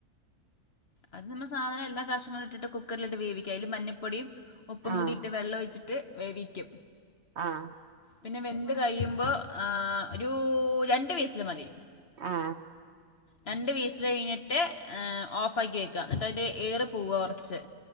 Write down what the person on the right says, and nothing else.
ആഹ്
ആഹ്
ആ